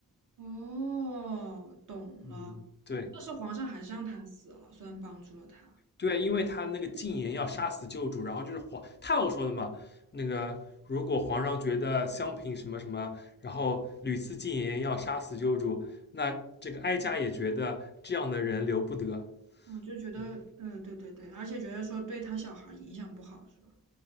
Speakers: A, on the right; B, on the left.
A: 哦，懂了。
B: 嗯，对
A: 但是皇上还是让他死了，虽然帮助了他。
B: 对，因为他那个禁言要杀死旧主，然后就是皇太后说的嘛，那个。如果皇上觉得襄平什么什么，然后屡次进言要杀死旧主，那这个哀家也觉得这样的人留不得。
A: 我就觉得，
B: 嗯，
A: 呃，对对对，而且觉得说对他小孩影响不好，是吧？